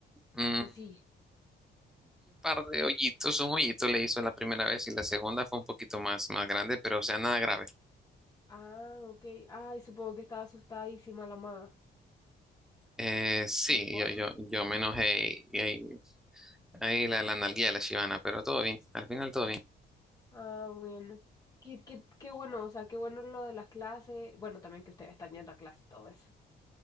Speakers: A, in the centre; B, on the left.
A: Mm,
B: ¿O sí?
A: un par de hoyitos, un hoyito le hizo la primera vez y la segunda fue un poquito más, más grande, pero o sea, nada grave.
B: Ah, ok. Ay, supongo que estaba asustadísima la mamá.
A: Eh, sí,
B: ¿Y vos?
A: yo, yo, yo me enojé y, y Ahí la, la nalgué a la Shivana, pero todo bien, al final todo bien.
B: Ah, bueno. Qué, qué, qué bueno, o sea, qué bueno lo de las clases. Bueno, también que ustedes están yendo a clase, todo eso.